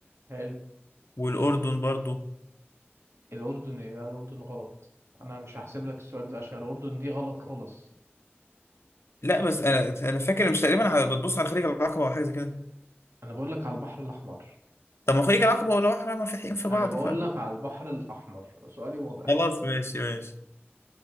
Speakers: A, on the right (about 85°); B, on the left (about 70°).
A: حلو
B: والأردن برضو
A: الأردن إيه؟ لا الأردن غلط أنا مش هحسب لك السؤال ده عشان الأردن دي غلط خالص
B: لا بس انا انا فاكر مش تقريبا على- بتبص على خليج العقبة او حاجة زي كده
A: أنا بقول لك على البحر الأحمر
B: طب ما خليج العقبة والبحر منفتحين في بعض
A: أنا بقول
B: ف
A: لك على البحر الأحمر سؤالي واضح
B: خلاص ماشي ماشي